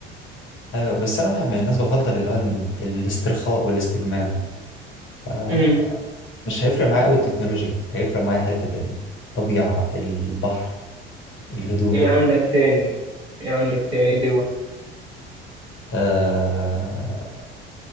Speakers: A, on the left (about 40°); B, on the right (about 85°).
A: ايوه بس انا واحد من الناس بفضل اللي هو ال- الاسترخاء والاستجمام فمش
B: امم
A: هيفرق معايا قوي التكنولوجيا هيفرق معايا حته الطبيعه البحر الهدوء
B: إيه عندك تاني إيه عندك تاني دول
A: آه...